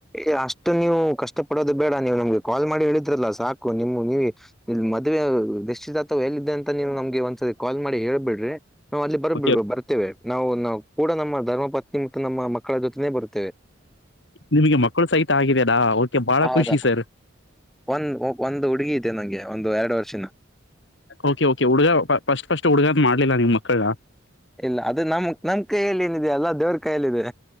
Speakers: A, in the centre; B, on the left (about 60°).
A: ಎ ಅಷ್ಟು ನೀವು ಕಷ್ಟ ಪಡೋದು ಬೇಡ ನೀವು ನಮ್ಗೆ ಕಾಲ್ ಮಾಡಿ ಹೇಳಿದ್ರಲ್ಲ ಸಾಕು ನಿಮಗ್ ನೀವೆ. ಇಲ್ ಮದ್ವೆ ನಿಶ್ಚಿತಾರ್ಥ ಎಲ್ಲದೆ ಅಂತ ನೀವ್ ನಮ್ಗೆ ಒಂದ್ಸರಿ ಕಾಲ್ ಮಾಡಿ ಹೇಳ್ಬಿಡ್ರಿ. ನಾವು ಅಲ್ಲಿ ಬರ್ಬ
B: ಓಕೆ
A: ಬರ್ತ್ತೇವೆ ನಾವು ನಾವು ಕೂಡ ನಮ್ಮ ಧರ್ಮ ಪತ್ನಿ ಮತ್ತು ನಮ್ಮ ಮಕ್ಕಳ ಜೊತೆನೇ ಬರ್ತ್ತೇವೆ.
B: ನಿಮಗೆ ಮಕ್ಕಳು ಸಹಿತ ಆಗಿದೆ ನಾ ಓಕೆ ಬಾಹಳ
A: ಹೌದಾ
B: ಖುಷಿ ಸರ್.
A: ಒಂದ್ ಒಂದು ಹುಡುಗಿ ಇದೆ ನಂಗೆ ಒಂದು ಎರಡು ವರ್ಷಿನ.
B: ಓಕೆ ಓಕೆ ಹುಡ್ಗ ಫಸ್ಟ್ ಫಸ್ಟ್ ಹುಡ್ಗಗ್ ಮಾಡ್ಲಿಲ್ಲ ನಿವ್ ಮಕ್ಳನ.
A: ಇಲ್ಲ ಅದು ನಮ್ ನಮ್ ಕೈಯಲ್ಲಿ ಏನಿದೆ ಎಲ್ಲ ದೇವ್ರ ಕೈಯಲ್ಲಿದೆ.